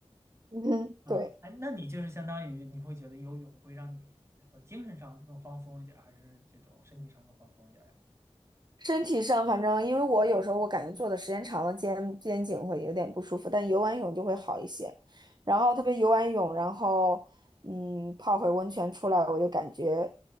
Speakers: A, on the right; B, on the right.
A: 嗯，
B: 啊，
A: 对，
B: 哎，那你就是相当于你会觉得游泳会让你呃精神上更放松一点儿，还是这种身体上更放松一点儿呀？
A: 身体上反正因为我有时候我感觉坐的时间长了肩肩颈会有点不舒服，但游完泳就会好一些。然后特别游完泳，然后嗯泡会温泉出来，我就感觉